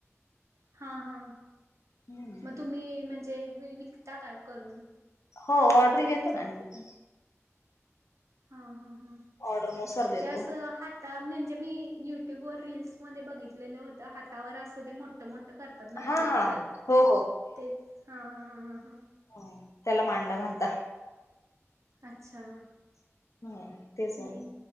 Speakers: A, on the right; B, on the left.
A: हा हा
B: हम्म.
A: मग तुम्ही म्हणजे विकता काय करून
B: हो ऑर्डर घेतो ना तिथ
A: हा हा हा
B: ऑर्डर नुसार देतो.
A: त्यास हात आता म्हणजे मी युट्यूब व रीलस मध्ये बघितलेलं होतं हातावर असं ते मोठ मोठं तात ना
B: हा
A: परत
B: हा
A: परत
B: हो हो
A: तेच हा ह ह ह ह
B: हो त्याला मांडा म्हणता
A: अच्छा
B: हम्म तेच बन
A: मी